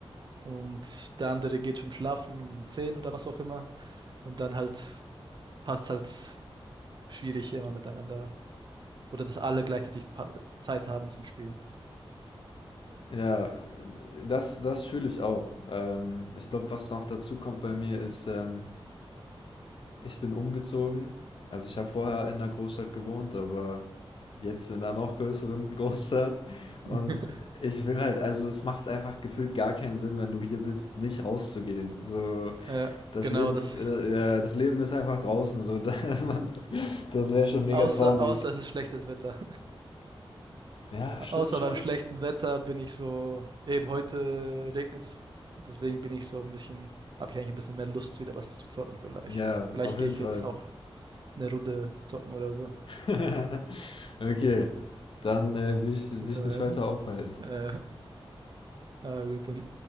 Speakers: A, on the right; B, on the left.
A: und der andere geht schon schlafen um zehn oder was auch immer und dann halt passt halt schwierig immer miteinander oder dass alle gleichzeitig pa- Zeit haben zum Spielen.
B: Ja, das das fühle ich auch. Ähm, ich glaube, was noch dazu kommt bei mir ist, ähm, ich bin umgezogen. Also, ich habe vorher in 'ner Großstadt gewohnt, aber jetzt in einer noch größeren <laughs> Großstadt
A: <laughs>
B: und ich will halt also, es macht einfach gefühlt gar keinen Sinn, wenn du hier bist, nicht rauszugehen. So
A: Ja,
B: Das
A: genau,
B: Leben,
A: das,
B: äh, ja, das Leben ist einfach draußen, so. <laughs> dass man- Das wäre schon mega
A: außer,
B: traurig.
A: außer es ist schlechtes Wetter.
B: Ja, stimmt
A: Außer
B: schon.
A: beim schlechten Wetter bin ich so, eben heute regnet es, deswegen bin ich so ein bisschen, habe ich eigentlich ein bisschen mehr Lust, wieder was zu zocken vielleicht.
B: Ja,
A: Vielleicht
B: auf
A: gehe
B: jeden
A: ich
B: Fall.
A: jetzt auch eine Runde zocken oder so.
B: <laughs> Okay, dann äh, will ich dich
A: Da können
B: nicht weiter aufhalten.
A: wir, äh, <laughs> ah, gut, dann